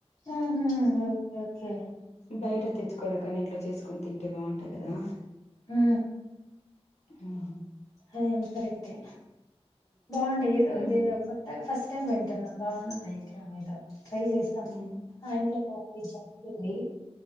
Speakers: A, on the left; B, on the left.
A: ఆ ఒకే ఒకే
B: బయట తెచ్చుకోవడానీ కంటే ఇంట్లో చేసుకుని తింటే బాగుంటాయి కదా
A: హు
B: ఆ
A: హు కరెక్టే బాగుంటాయి ఏదో
B: మ్మ్
A: ఇదేదో కొత్త ఫస్ట్ వింటన్నా బాగుందియి ముఖ్య మీద ట్రై చేస్తాం
B: మ్మ్
A: ఆ ఇంట్లో బాగుంది